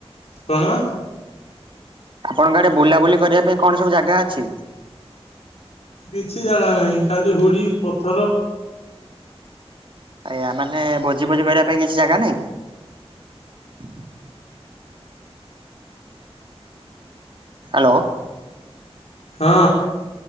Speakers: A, on the left; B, on the right.
A: କଣ?
B: ଆପଣଙ୍କ ଆଡେ ବୁଲାବୁଲି କରିବା ପାଇଁ କଣ ସବୁ ଜାଗା ଅଛି?
A: କିଛି ଜାଗା ନାହିଁ ଖାଲି ହୁଡି ପଥର।
B: ଆଜ୍ଞା ମାନେ ଭୋଜି ଭୋଜି କରିବା ପାଇଁ କିଛି ଜାଗା ନାଇଁ। ହଁ ହ୍ୟାଲୋ।
A: ହଁ।